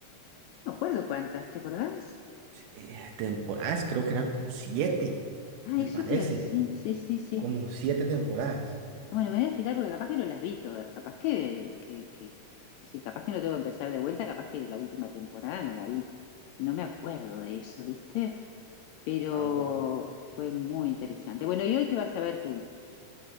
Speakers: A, on the left; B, on the right.
A: No me acuerdo cuántas, ¿te acordás?
B: Sí, eh, temporadas, creo que eran como siete,
A: Ah,
B: me
A: eso
B: parece,
A: te iba a decir, sí, sí, sí. sí.
B: como siete temporadas.
A: Bueno, me voy a fijar porque capaz que no las vi todas, capaz que, que, que, sí, capaz que no tengo que empezar de vuelta, capaz que la última temporada no la vi. No me acuerdo de eso, ¿viste? Pero
B: Ah, bueno.
A: fue muy interesante. Bueno, ¿y hoy qué vas a ver tú?